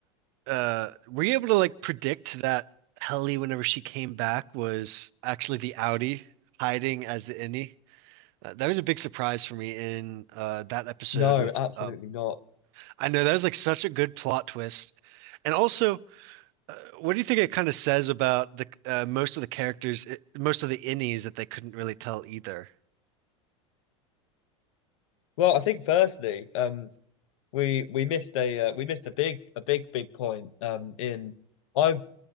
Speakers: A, on the right; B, on the left.
A: uh were you able to like predict that Helly whenever she came back was actually the Audi hiding as the innie? Uh, that was a big surprise for me in uh that episode
B: No,
A: with
B: absolutely
A: um
B: not.
A: I know that was like such a good plot twist. And also, uh, what do you think it kind of says about the uh, most of the characters, it, most of the innies that they couldn't really tell either?
B: Well, I think firstly, um, we we missed a uh, we missed a big a big big point um in. I